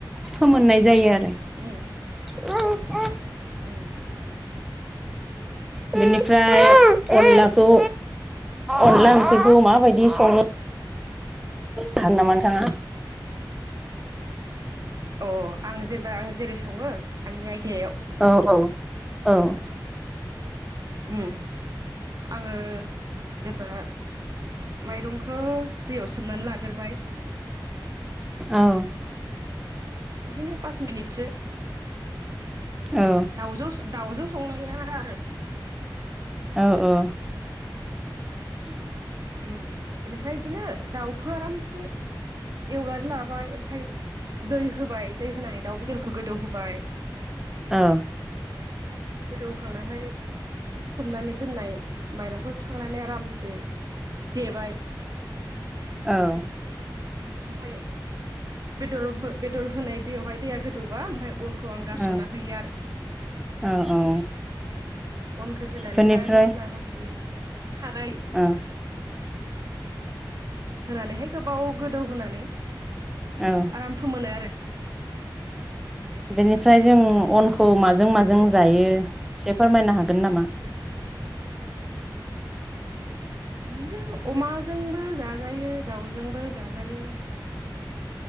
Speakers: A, in the centre; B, on the right.
A: फोमोननाय जायो आर
B: उम।
A: <unintelligible>
B: उम।
A: बेनिफ्राय अनलाखौ अनला ओंख्रिखौ माबायदि सङो थान्दामान थाङा
B: अ आं जेनेबा आं जेरै सङो आंनि आयदायाव।
A: औ औ औ।
B: उम आङो जेबा माइरंखौ दैयाव सोमनानै लाग गोरबायाइक
A: औ।
B: बिदिनो पास मिनिटसो
A: औ
B: दाउजौ दाउजों संनाया आरो।
A: औ औ। <inaudible>
B: उम बेनिफ्राय एदिनो दाउखौ आरामसे एवनानै लाबाय। फाय दै होबाय दै होनानै दाउ बेदरखौ गोदौ होबाय
A: औ।
B: गोदौखांनायहाय सोमनानै दोननाय माइरंखौ सुखांनानै आरामसे देबाय।
A: औ
B: ओमफाय बेदर बो बेदर होनाय दैयावहाय दैया गोदौबा ओमफ्राय अनखौ आं गारस'ना
A: औ
B: होयो आरो।
A: औ औ
B: अनखौ होनानैहाय
A: बेनिफ्राय
B: मस्ला मस्लि खारै
A: औ
B: होनानैहाय गोबाव गोदौ होनानै
A: औ
B: आराम फोमोनो आरो।
A: बेनिफ्राय जों अनख खौ माजों माजों जायो एसे फोरमायनो हागोन नामा?
B: बिदिजो अमाजोंबो जाजायो दाउजोंबो जाजायो।